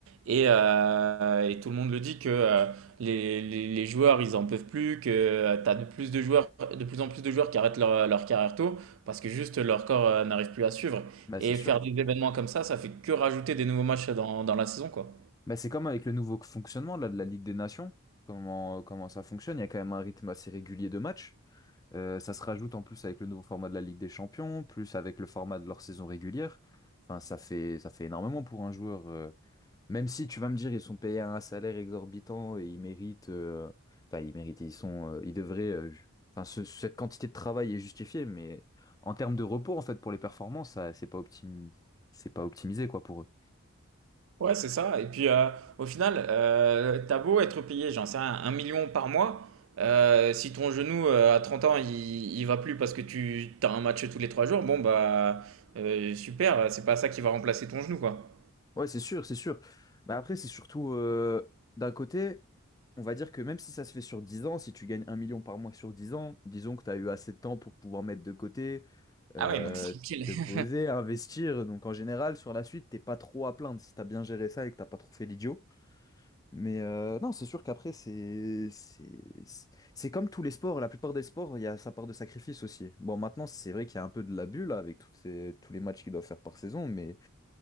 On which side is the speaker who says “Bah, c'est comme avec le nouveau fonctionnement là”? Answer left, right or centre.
Left